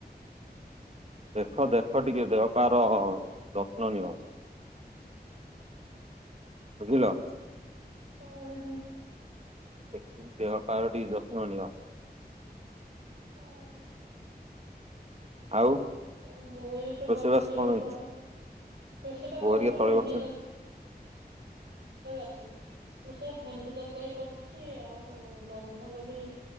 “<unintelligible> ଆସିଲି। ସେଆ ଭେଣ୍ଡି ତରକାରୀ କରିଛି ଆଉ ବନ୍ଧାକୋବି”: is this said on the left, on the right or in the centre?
Right